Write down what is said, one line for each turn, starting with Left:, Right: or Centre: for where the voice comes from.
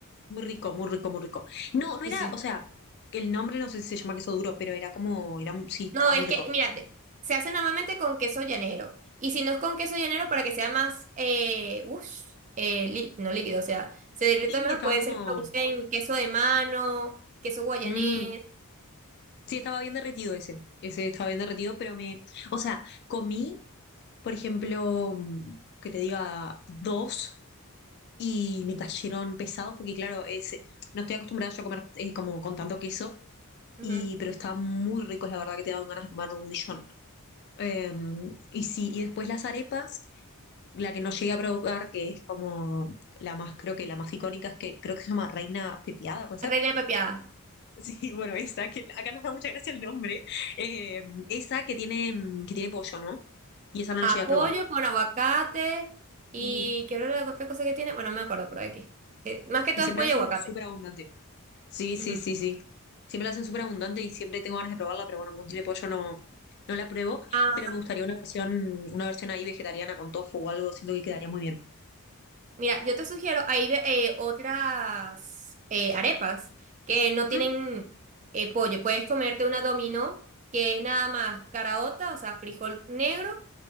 Left: Muy rico, muy rico, muy rico. No, no
Right: Sí,
Left: era,
Right: sí.
Left: o sea, el nombre no sé si se llama queso duro, pero era como, era, sí, estaba
Right: No, es
Left: muy
Right: que,
Left: rico.
Right: mira, de- se hace normalmente con queso llanero. Y si no es con queso llanero, para que sea más, eh, ush, eh, lí- no líquido, o sea, se derrita
Left: Sí,
Right: mejor,
Left: estaba
Right: puede
Left: como.
Right: ser que lo usen queso de mano, queso guayanés,
Left: mm, sí, estaba bien derretido ese. Ese estaba bien derretido, pero me. O sea, comí, por ejemplo, mm, que te diga dos y me cayeron pesados, porque claro, es, no estoy acostumbrada yo a comer eh, como con tanto queso,
Right: ujú.
Left: y, pero estaban muy ricos, la verdad que te daban ganas de comer un millón. Eh, y sí, y después las arepas, la que no llegué a probar, que es como la más, creo que la más icónica, es que creo que se llama Reina Pepiada, ¿puede ser?
Right: Reina pepiada.
Left: Sí, bueno, esa, que acá nos da mucha gracia el nombre. eh, esa que tiene, mm, que tiene pollo, ¿no? Y esa no
Right: Apoyo
Left: la llegué a probar.
Right: con aguacate y
Left: Y,
Right: quiero la otra cosa que tiene, bueno, no me acuerdo, pero aquí. Eh, más que
Left: y
Right: todo
Left: siempre
Right: es pollo
Left: la hacen
Right: y aguacate.
Left: como súper abundante. Sí, sí,
Right: ujú.
Left: sí, sí. Siempre la hacen súper abundante y siempre tengo ganas de probarla, pero bueno, como tiene pollo no, no la pruebo.
Right: Ah,
Left: Pero me gustaría una versión, una versión ahí vegetariana con tofu o algo, siento que quedaría muy bien.
Right: Mira, yo te sugiero, hay ve- eh, otras eh, arepas que no tienen
Left: Ujú,
Right: eh, pollo. Puedes comerte una dominó, que es nada más caraota, o sea, frijol negro